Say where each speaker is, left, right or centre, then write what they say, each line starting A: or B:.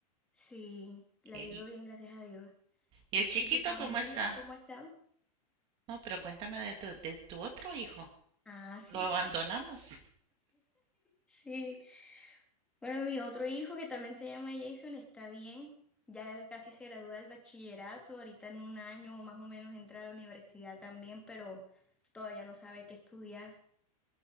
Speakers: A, in the centre; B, on the right.
A: Sí, la
B: Eh,
A: ha ido
B: ¿Y,
A: bien, gracias a Dios.
B: y el chiquito
A: ¿Y tu familia,
B: cómo está?
A: cómo ha estado?
B: No, pero cuéntame de tu, de tu otro hijo.
A: Ah, sí,
B: Lo abandonamos.
A: bueno. Sí, bueno, mi otro hijo que también se llama Jason está bien, ya casi se gradúa del bachillerato, ahorita en un año más o menos entra a la universidad también, pero todavía no sabe qué estudiar.